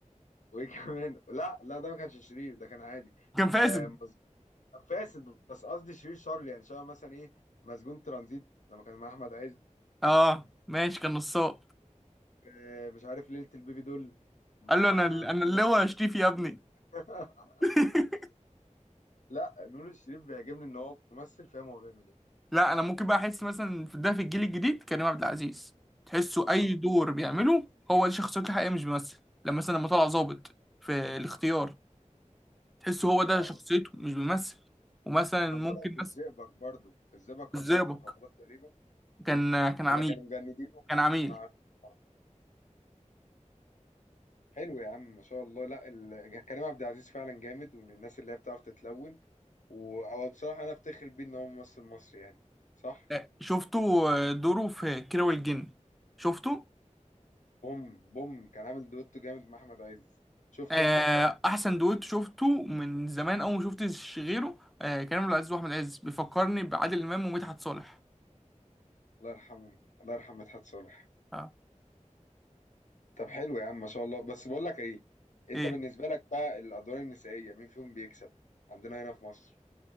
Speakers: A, on the left; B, in the centre.
A: وايه <laughs> كمان لا لا ده ما كانش شرير ده كان عادي
B: كان فاسد
A: آه مز... كان فاسد بس قصدي شرير شر يعني شبه مثلا ايه مسجون ترانزيت لما كان مع احمد عز
B: اه ماشي كان نصاب
A: آه مش عارف ليلة البيبي دول مع
B: قال له انا انا
A: محمود
B: اللي
A: عبد
B: هو هشتيفي يا ابني
A: <laughs>
B: <laughs>
A: لا نور الشريف بيعجبني ان هو ممثل فاهم هو بيعمل ايه
B: لا انا ممكن بقى احس مثلا في ده في الجيل الجديد كريم عبد العزيز تحسه
A: اه
B: اي دور بيعمله هو دي شخصيته الحقيقيه مش بيمثل لما مثلا لما طلع ظابط في الاختيار تحسه هو ده
A: اه
B: شخصيته مش بيمثل ومثلا
A: وكان
B: ممكن
A: طلع في الزئبق
B: مثلا
A: برضو في الزئبق كان
B: الزئبق
A: ضابط مخابرات تقريبا
B: كان كان عميل
A: ولا كانوا مجندينه
B: كان عميل
A: كانوا عارفين حلو يا عم ما شاء الله لا ال... كريم عبد العزيز فعلا جامد ومن الناس اللي هي بتعرف تتلون و... أو بصراحة أنا أفتخر بيه إن هو ممثل مصري يعني صح
B: آه، شفته آه، دوره في كيرة والجن شفته
A: بوم بوم كان عامل دويتو جامد مع أحمد عز شفته
B: آه،
A: أنت
B: احسن دويتو شفته من زمان اول ما شفتش غيره آه، كريم عبد العزيز واحمد عز بيفكرني بعادل امام ومدحت صالح
A: الله يرحمه الله يرحم مدحت صالح
B: اه
A: طب حلو يا عم ما شاء الله بس بقول لك إيه أنت
B: ايه
A: بالنسبة لك بقى الأدوار النسائية مين فيهم بيكسب عندنا هنا في مصر